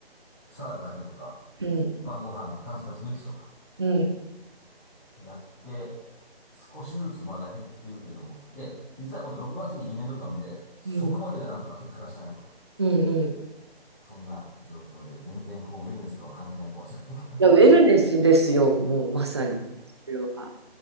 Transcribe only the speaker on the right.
うん、うん、
うん、
うん。うんうん。い
や、ウェルネスですよ、もうまさに。それは。